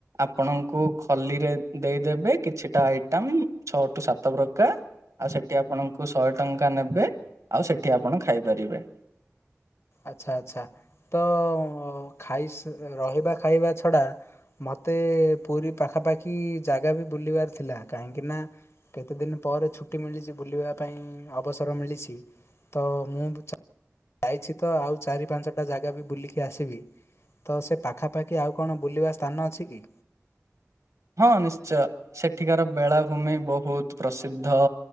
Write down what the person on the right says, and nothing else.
ଆପଣଙ୍କୁ ଖଲିରେ ଦେଇଦେବେ କିଛିଟା ଆଇଟମ୍ ଛଅ ଟୁ ସାତ ପ୍ରକାର। ଆଉ ସେଠି ଆପଣଙ୍କୁ ଶହେ ଟଙ୍କା ନେବେ, ଆଉ ସେଠି ଆପଣ ଖାଇପାରିବେ।
ହଁ ନିଶ୍ଚୟ, ସେଠିକାର ବେଳାଭୂମି ବହୁତ ପ୍ରସିଦ୍ଧ।